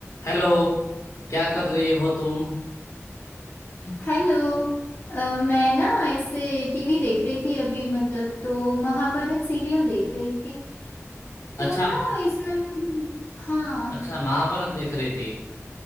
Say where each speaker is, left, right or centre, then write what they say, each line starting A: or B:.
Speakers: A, on the left; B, on the left.
A: Hello क्या कर रही हो तुम
B: Hello अ, मैं ना ऐसे टीवी देख रही थी अभी मतलब तो महाभारत सीरियल देख रही थी तो
A: अच्छा
B: ना इसमें मतलब हाँ
A: अच्छा महाभारत देख रही थी